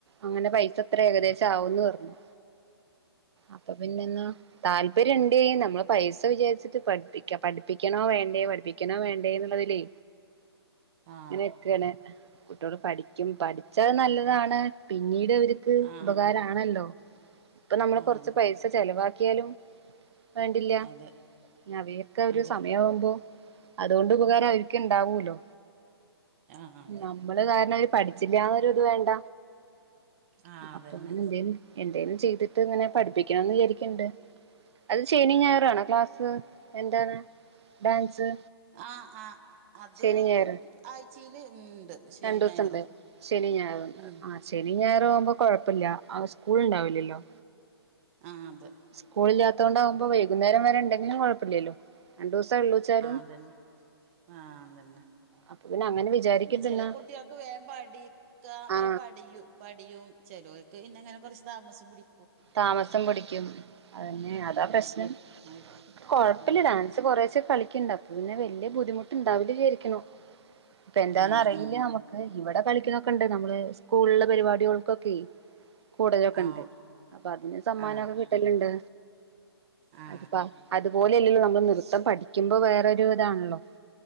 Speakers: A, on the right; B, on the right.
A: അങ്ങനെ പൈസ എത്ര ഏകദേശം ആവുംന്ന് പറഞ്ഞു
B: ഉ
A: അപ്പൊ പിന്നെെന്നാ താല്പര്യം ഉണ്ട് നമ്മള് പൈസ വിചാരിച്ചട്ട് പഠിപ്പിക്ക പഠിപ്പിക്കണോ വേണ്ടയോ പഠിപ്പിക്ക ക്കണോ വേണ്ടേ എന്നുള്ളതിലേ
B: ആ
A: ഇങ്ങനെ എക്കണ കുട്ടികൾ പഠിക്കും പഠിച്ചാൽ നല്ലതാണ് പിന്നീട്വർക്ക്
B: ആ
A: ഉപകാരമാണല്ലോ
B: അതെ
A: ഇപ്പൊ നമ്മള്
B: ആ
A: കൊറച്ച്
B: അതെ
A: പൈസ ചെിലവാക്കിയാലും വേണ്ടില്ല
B: അതെ
A: അവിയൊക്കെ ഒരു
B: അതെ
A: സമയ ആവുമ്പോ അതുകൊണ്ട് ഉപകാരം അവരിക്ക ഇണ്ടാവൂലോ
B: ആ അതെ
A: നമ്മള് കാരണം അവര് പഠിച്ചില്ലന്നൊരു ഇത് വേണ്ട
B: ആ അതന്നെ
A: അപ്പൊ അങ്ങനെ എന്തേലും എന്തേലും ചെയ്തിട്ട് ഇങ്ങനെ പഠിപ്പിക്കണംന്ന് വിചാരിക്കണ്ട് അത് ശനി ഞായറാണോ ക്ലാസ് എന്താണ് ഡാൻസ്
B: ആ് ആ അത്
A: ശനി ഞായർ
B: ആഴ്ചയില് ഉണ്ട് ശനി
A: രണ്ടു ദിവസം
B: ഞായറും
A: ഉണ്ട് ശനി ഞായറും
B: ഉം
A: ആ ശനി ഞാറ ആകുമ്പോ കുഴപ്പമില്ല സ്കൂൾ ഉണ്ടാവില്ലല്ലോ
B: ആ അതെ
A: സ്കൂളില്ലാത്തത കൊണ്ടാവകുമ്പോ വൈകുന്നേരം വരെ ഉണ്ടെങ്കിലുംഴപ്പില്ലല്ലോ രണ്ട ദിവസ ഉള്ളച്ചാലും
B: അതന്നെ ആഹ് അതുതന്നെ
A: അപ്പൊ പിന്നെ അങ്ങനെ വിചാരിക്കണ്ടന്നാ
B: പിന്നെ ചില കുട്ടികൾക്ക് വേമ്പാടിക്ക
A: ആ
B: വേമ്പാടും പടിയും ചെലോൽക്ക് പിന്ന ഇങ്ങനെ കുറച്ച് താമസം പിടി
A: താമസം പിടിക്കും അതന്നെ അതാ
B: അങ്ങനൊക്കെ
A: പ്രശ്നം
B: ആയിട്ട്
A: കൊഴപ്പില്ല
B: ഉം
A: ഡാൻ കുറേച്ചെ കളിക്കുണ്ടാവും പിന്നെ വലിയ ബുദ്ധിമുട്ടുണ്ടാവില്ല വിചാരിക്കുന്നു ഇപ്പ എന്താന്ന്
B: ആ
A: അറിയില്ല
B: ആ
A: നമുക്ക് ഇവിടെ കളിക്കുന്നൊക്കെ ഉണ്ട് നമ്മള് സ്കൂളുള്ള പരിപാടികൾക്കൊക്കെയെ കൂടുതലൊക്കെ
B: ആ
A: ഉണ്ട് അപ്പൊ അതിന് സമ്മാനം
B: ആ
A: ഒക്കെ കിട്ടലുണ്ട്
B: ആ ആ
A: അതിപ്പാ അതുപോലെയല്ലല്ലോ നമ്മള് നൃത്തം പഠിക്കുമ്പോ വേറൊരു ഇതാണല്ലോ